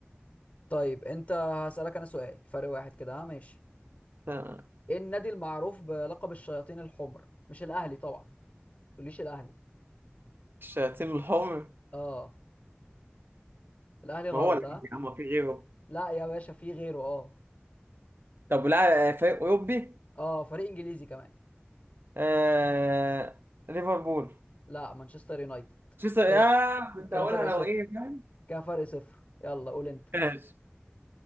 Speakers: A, on the left; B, on the right.
A: طيب أنت هسألك أنا سؤال فرق واحد كده أه ماشي
B: ستة.
A: إيه النادي المعروف بلقب الشياطين الحمر مش الأهلي طبعا ما تقوليش الأهلي
B: الشياطين الحمر
A: أه الأهلي غلط
B: ما هو الأهلي
A: أه
B: يا عم ما في غيره
A: لا يا باشا في غيره أه
B: طب ولا فريق أوروبي
A: أه فريق إنجليزي كمان
B: آه... ليفربول
A: لا مانشستر يونايتد
B: شو يا
A: كده
B: كنت
A: كده
B: هقولها
A: فرق صفر
B: لو ايه فاهم
A: كده فرق صفر يلا قول أنت
B: ماشي.